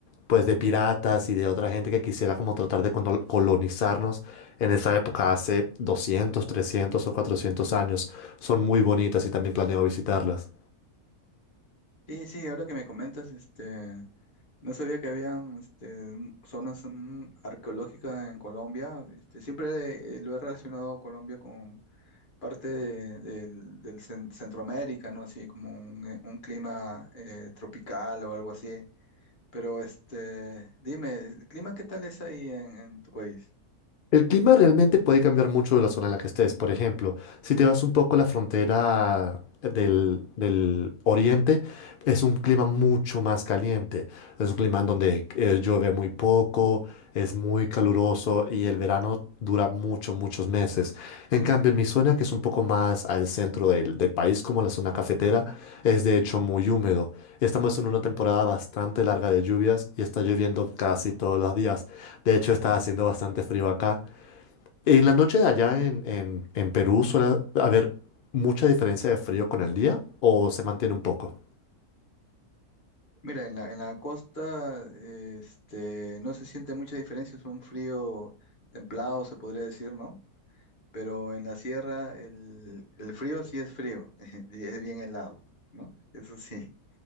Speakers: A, on the left; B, on the left.
A: pues, de piratas y de otra gente que quisiera como tratar de cono- colonizarnos en esa época hace 200, 300 o 400 años. Son muy bonitas y también planeo visitarlas.
B: Sí, sí, ahora que me comentas, este, no sabía que habían este, mm, zonas mm, arqueológicas en Colombia. Este, siempre eh, lo he relacionado Colombia con parte de- del, del cen- Centroamérica, ¿no? Así como un, eh, un clima eh, tropical o algo así. Pero este, dime, ¿el clima qué tal es ahí en, en tu país?
A: El clima realmente puede cambiar mucho de la zona en la que estés. Por ejemplo, si te vas un poco a la frontera del, del oriente, es un clima mucho más caliente. Es un clima en donde eh, llueve muy poco, es muy caluroso y el verano dura mucho, muchos meses. En cambio, en mi zona, que es un poco más al centro del, del país, como la zona cafetera, es de hecho muy húmedo. Estamos en una temporada bastante larga de lluvias y está lloviendo casi todos los días. De hecho, está haciendo bastante frío acá. En la noche de allá en, en, en Perú suele haber mucha diferencia de frío con el día o se mantiene un poco.
B: Mira, en la, en la costa, este, no se siente mucha diferencia, es un frío templado, se podría decir, ¿no? Pero en la sierra el, el frío sí es frío, <laughs> y es bien helado, ¿no? Eso sí,